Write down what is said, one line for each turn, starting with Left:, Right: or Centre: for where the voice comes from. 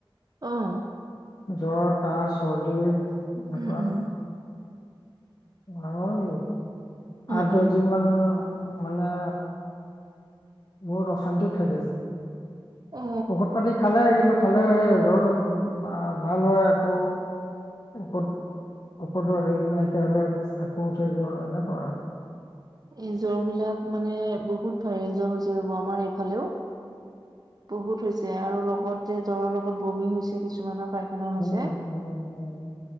Right: অঁ',।
Left: জ্বৰ, কাহ, চৰ্দি। এনেকুৱা
Right: উম-উম।
Left: আৰু আঠ,
Right: উম উম
Left: দ'হ দিন মান মানে- বহুত অশান্তিত থাকিল।
Right: অ
Left: ঔষধ পাতি খালে কিন্তু খালে সেই জ্বৰটো ভা-ভাল হয় আকৌ- ঔষধ-ঔষধৰ হেৰি নাইকীয়া হ'লে আকৌ উঠে জ‌্বৰ এনেকুৱা আৰু।
Right: এই জ্বৰ বিলাক মানে বহুত হয়, ভাইৰেল জ্বৰ হৈছে ৰব আমাৰ এইফালেও- বহুত হৈছে আৰু লগত যে জ্বৰৰ লগত বমি হৈছে কিছুমানৰ- পাইখানা হৈছে।
Left: উম উম উম